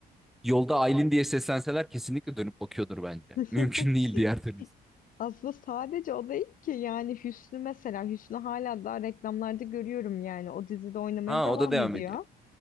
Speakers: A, in the centre; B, on the left.
A: Yolda Aylin diye seslenseler kesinlikle dönüp bakıyordur bence.
B: <laughs>
A: Mümkün değil diğer türlüsü.
B: Aslında sadece o değil ki yani Hüsnü mesela Hüsnü hala daha reklamlarda görüyorum yani o dizide oynamaya
A: Ha
B: devam
A: o da devam
B: ediyor.
A: ediyor.